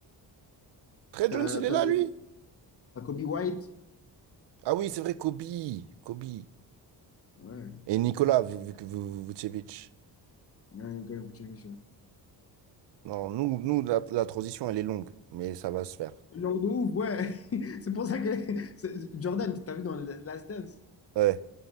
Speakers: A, on the right (about 80°); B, on the left (about 35°).
A: Trey
B: T'as
A: Jones, il
B: t'as
A: est là,
B: le-
A: lui?
B: t'as Kobe White?
A: Ah oui, c'est vrai, Kobe, Kobe.
B: Ouais.
A: Et Nicolas Vu- Vu- Vu- Vucevic.
B: Ouais, ok, faut checker ça.
A: Non, nous, nous la, la transition, elle est longue, mais ça va se faire.
B: Langue de ouf, ouais. <laughs> C'est pour ça que c'est- Jordan, t'as vu dans le Last Dance?
A: Ouais.